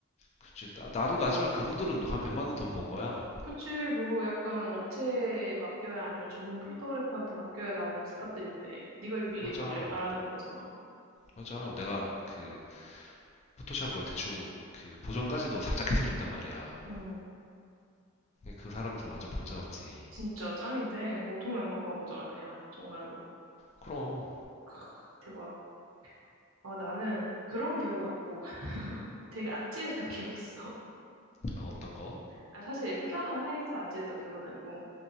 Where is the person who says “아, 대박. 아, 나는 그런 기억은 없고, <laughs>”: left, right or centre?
Right